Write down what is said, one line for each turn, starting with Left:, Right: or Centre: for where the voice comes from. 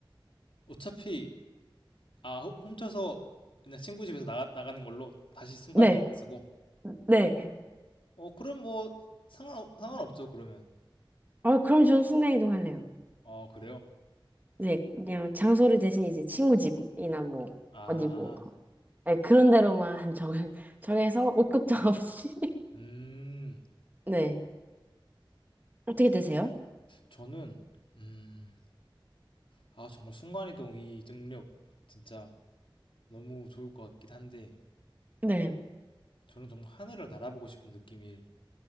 Left: 어차피 아 호- 훔쳐서 그냥 친구 집에서 나가, 나가는 걸로 다시 순간이동
Right: 네,
Left: 안 쓰고
Right: 네.
Left: 어 그럼 뭐 상관 상관없죠 그러면
Right: 어, 그럼 저는 순간 이동할래요.
Left: 아 그래요?
Right: 네, 그냥 장소를 대신 이제 친구 집이나 뭐,
Left: 아
Right: 어디 뭐, 네, 그런 데로만 <laughs> 정, 정해서 옷 걱정 없이. <laughs>
Left: 음
Right: 네. 어떻게 되세요?
Left: 저는 음 아 정말 순간이동 이 능력 진짜 너무 좋을 것 같긴 한데
Right: 네.
Left: 저는 정말 하늘을 날아보고 싶은 느낌을